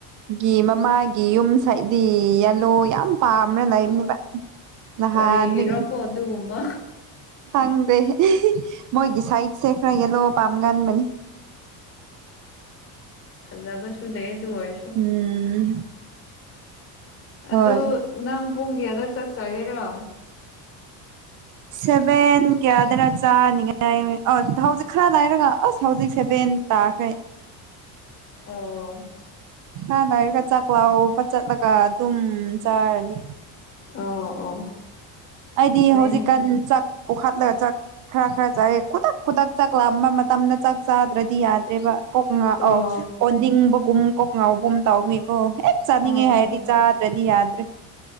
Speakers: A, on the right; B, on the left.
A: ꯒꯤ ꯃꯃꯥꯒꯤ ꯌꯨꯝꯁꯗꯤ ꯌꯦꯂꯣ ꯌꯥꯝ ꯄꯥꯝꯕꯅ ꯂꯩꯕꯅꯦꯕ ꯅꯍꯥꯟꯗꯒꯤ
B: ꯀꯔꯤꯒꯤꯔꯣ ꯀꯣ ꯑꯗꯨꯒꯨꯝꯕ
A: ꯈꯪꯗꯦ ꯃꯣꯏ ꯒꯤꯁꯥꯏꯠ ꯆꯦ ꯈꯔ ꯌꯦꯂꯣ ꯄꯝꯒꯥꯟ ꯕꯅꯤ
B: ꯐꯖꯕꯁꯨ ꯂꯩ ꯗꯨ ꯑꯣꯏꯁꯨ
A: ꯎꯝ ꯍꯣꯏ
B: ꯑꯗꯨ ꯅꯪ ꯄꯨꯡ ꯀꯌꯥꯗ ꯆꯛ ꯆꯥꯒꯦꯔꯣ
A: <inaudible> ꯁꯦꯚꯦꯟ ꯀꯌꯥꯗꯅ ꯆꯥꯅꯤꯉꯥꯏ ꯑ ꯍꯧꯖꯤꯛ ꯈꯔ ꯂꯩꯥꯏꯔꯒ ꯑꯁ ꯍꯧꯖꯤꯛ ꯁꯦꯚꯦꯟ ꯇꯥꯈ꯭ꯔꯦ
B: ꯑꯣ
A: ꯑꯥꯗꯥꯏꯔꯒ ꯆꯥꯛꯂꯥꯎꯕ ꯆꯠꯂꯒ ꯑꯗꯨꯝ ꯆꯥꯔꯅꯤ
B: ꯑꯣ ꯑꯣ
A: ꯑꯩꯗꯤ
B: ꯐꯩꯅꯦ
A: ꯍꯧꯖꯤꯛꯀꯥꯟ ꯆꯥꯛ ꯄꯨꯈꯠꯂꯒ ꯆꯥꯛ ꯈꯔ ꯈꯔ ꯆꯥꯏꯑꯦ ꯈꯨꯗꯛ ꯈꯨꯗꯛ ꯆꯥꯛ ꯂꯥꯛꯕ ꯃꯇꯝꯗ ꯆꯥꯛ ꯆꯥꯗ꯭ꯔꯗꯤ ꯌꯥꯗ꯭ꯔꯦꯕ ꯑꯣꯛ ꯉꯥꯑꯣ
B: ꯑꯣ
A: ꯑꯣꯅꯤꯡꯕꯒꯨꯝ ꯀꯣꯛ ꯉꯥꯎꯕꯒꯨꯝ ꯇꯥꯎꯏꯀꯣ ꯍꯦꯛ ꯆꯥꯅꯤꯡꯉꯦ
B: ꯑꯣ
A: ꯍꯥꯏꯔꯗꯤ ꯆꯥꯗ꯭ꯔꯗꯤ ꯌꯥꯗ꯭ꯔꯦ <inaudible>